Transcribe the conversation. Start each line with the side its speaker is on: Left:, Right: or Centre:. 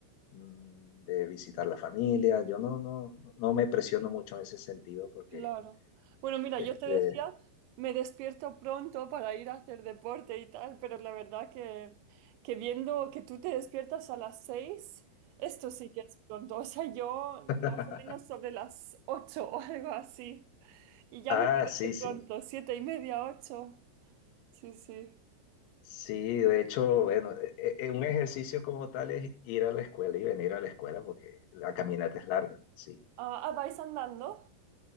Left: mm, de visitar la familia. Yo no, no, no me presiono mucho en ese sentido porque,
Right: claro. Bueno, mira,
Left: este,
Right: yo te decía, me despierto pronto para ir a hacer deporte y tal, pero la verdad que, que viendo que tú te despiertas a las seis, esto sí que es pronto. <laughs> O sea, yo
Left: <laughs>
Right: más o menos sobre las ocho o algo así. Y ya
Left: ah,
Right: me parece
Left: sí, sí.
Right: pronto, siete y media, ocho. Sí, sí.
Left: Sí, de hecho, bueno, e- e- e, un ejercicio como tal es ir a la escuela y venir a la escuela porque la caminata es larga, sí.
Right: Ah, ah, ¿vais andando?